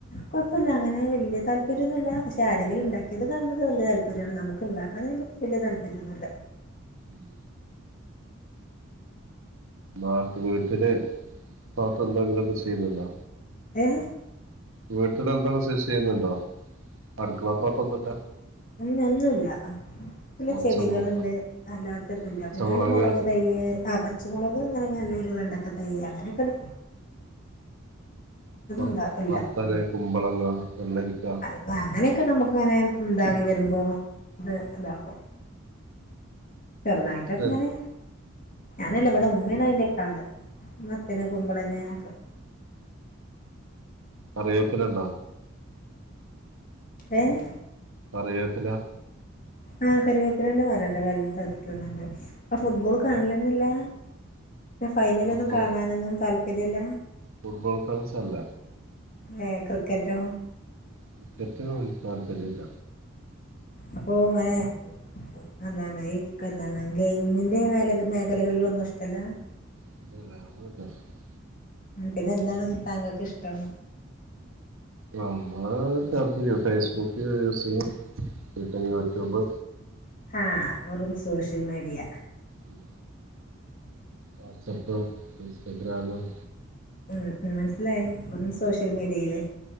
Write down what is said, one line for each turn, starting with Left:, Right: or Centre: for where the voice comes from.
Left: കുഴപ്പല്ല അങ്ങനെ വലിയ താല്പര്യന്നു അല്ല പക്ഷെ ആരെങ്കിലും ഉണ്ടാക്കിയത് കാണുന്നത് വലിയ താല്പര്യാണ് നമുക്ക് ഉണ്ടാക്കാന വലിയ താല്പര്യൊന്നുല്ല
Right: ഉം നാ വീട്ടില് <unintelligible> ചെയ്യുന്നുണ്ടോ
Left: ഏഹ്
Right: വീട്ടിൽ എന്തെങ്കിലും കൃഷി ചെയ്യുന്നുണ്ടോ <unintelligible> ഒന്നുല്ലാ
Left: ഉം ഒന്നുല്ല നല്ല
Right: പച്ചമുള
Left: ചെടികള് ഉണ്ട് അല്ലാത്ത ഒന്നുല്ല
Right: പച്ചമുളക്
Left: പിന്നെ നല്ല മുളക് തൈയ്യ് ആ പ പച്ചമുളക് അങ്ങന നല്ല ഒരു വെണ്ടക്ക തൈ അങ്ങനെ ഒക്കെ ഉണ്ട്
Right: മ
Left: ഉണ്ടാ ഇല്ല
Right: മത്തന് കുമ്പളങ്ങ വെള്ളരിക്ക
Left: അത് അങ്ങനെയൊക്കെ നമുക്ക് ഇങ്ങനെ ഇതായി വരുമ്പോ ഇത് ഇതാക്കും ചെറുതായിട്ടൊക്കെ
Right: മറ്റേ
Left: ഇങ്ങനെ ഞാനല്ല ഇവിടെ ഉമ്മാണ് അതിന്റെ ഒക്കെ ആള് മത്തന്
Right: ആ
Left: കുമ്പളങ്ങെ ഒക്കെ
Right: കറിവേപ്പില ഉണ്ടോ
Left: ഏഹ്
Right: കറിവേപ്പില
Left: ആഹ് കറിവേപ്പിലന്റെ മരം ഉണ്ട് വലുതായിട്ട് ഒന്നുണ്ട് അപ്പൊ ഫുട്ബോൾ കാണലന്നെ ഇല്ല അപ്പ ഫൈനലൊന്നും
Right: ആ, ഫുട്ബോൾ
Left: കാണാനൊന്നും താല്പര്യല്ല
Right: ഫുട്ബോൾ ഫാൻസ് അല്ല
Left: ഏഹ് ക്രിക്കറ്റോ
Right: ക്രിക്കറ്റും എനിക്ക് താല്പര്യല്ല
Left: അപ്പൊ ഏഹ് എന്താണ് <unintelligible> ഗെയിമിൻ്റെ മേല മേഖലകളിലൊന്നും ഇഷ്ടല്ലാ
Right: <unintelligible>
Left: പിന്നെ എന്താണ് താങ്കൾക്ക് ഇഷ്ടം
Right: നമ്മള് ചെലപ്പോ ഫേസ്ബുക്ക് യൂസ് ചെയ്യും പിന്നെ യൂട്യൂബ്
Left: ആഹ് വെറും സോഷ്യൽ മീഡിയ
Right: ഉം വാട്സപ്പും ഇൻസ്റ്റഗ്രാമും
Left: ഉം ഉം മനസ്സിലായി വെറും സോഷ്യൽ മീഡിയയില്